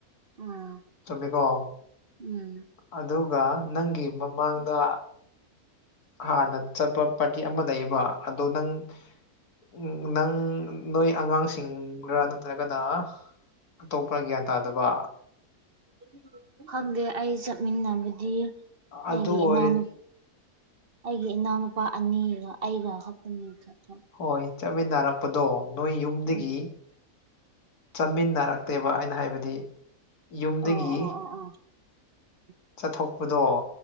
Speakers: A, on the right; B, on the left.
A: ꯎꯝ
B: ꯆꯨꯝꯃꯤꯀꯣ
A: ꯎꯝ
B: ꯑꯗꯨꯒ ꯅꯪꯒꯤ ꯃꯃꯥꯡꯗ ꯍꯥꯟꯅ ꯆꯠꯄ ꯄꯥꯔꯇꯤ ꯑꯃ ꯂꯩꯕ ꯑꯗꯣ ꯅꯪ ꯎ ꯅꯪ ꯅꯣꯏ ꯑꯉꯥꯡꯁꯤꯡꯒ ꯅꯠꯇ꯭ꯔꯒꯅ ꯑꯇꯣꯞꯄ ꯒ꯭ꯌꯥꯟ ꯇꯥꯗꯕ
A: <unintelligible> ꯈꯪꯗꯦ ꯑꯩ ꯆꯠꯃꯤꯟꯅꯕꯗꯤ
B: ꯑꯗꯨ
A: ꯑꯩꯒꯤ
B: ꯑꯣꯏꯔ
A: ꯏꯅꯥꯎꯅꯨ ꯑꯩꯒꯤ ꯏꯅꯥꯎꯅꯨꯄꯥ ꯑꯅꯤꯒ ꯑꯩꯒ ꯈꯛꯇꯅꯤ ꯆꯠꯄ
B: ꯍꯣꯏ ꯆꯠꯃꯤꯟꯅꯔꯛꯄꯗꯣ ꯅꯣꯏ ꯌꯨꯝꯗꯒꯤ
A: ꯎꯝ
B: ꯆꯥꯃꯤꯟꯅꯔꯛꯇꯦꯕ ꯑꯩꯅ ꯍꯥꯏꯕꯗꯤ ꯌꯨꯝꯗꯒꯤ
A: ꯑꯣ ꯑꯣ ꯑꯣ ꯑꯣ <inaudible>
B: ꯆꯠꯊꯣꯛꯄꯗꯣ